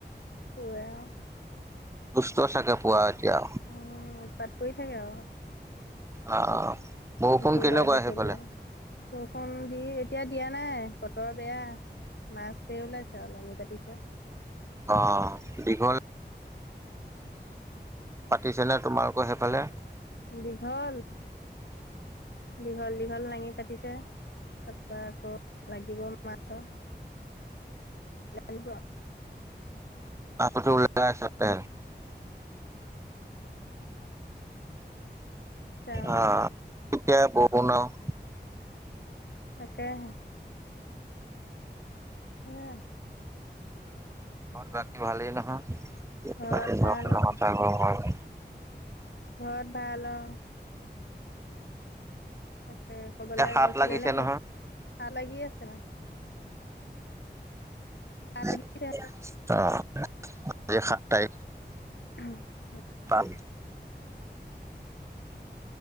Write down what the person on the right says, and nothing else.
দুষ্ট
চাগে পুৱা এতিয়া
অ' বৰষুণ
কেনেকুৱা
সেইফালে?
অহ কি <inaudible> বল পাতিছেনে তোমালোকৰ সেইফালে?
আপুতো ওলাই আছে পে <inaudible>
অহ এতিয়া বৈ বনাওঁ। <inaudible>
ঘৰত বাকী ভালেই নহয়
<unintelligible> বাকী
ঘৰখনৰ
কথা <unintelligible> হয়
এতিয়া সাত
লাগিছে
নহয়,
অ'।
আজি সাত তাৰিক
পাল।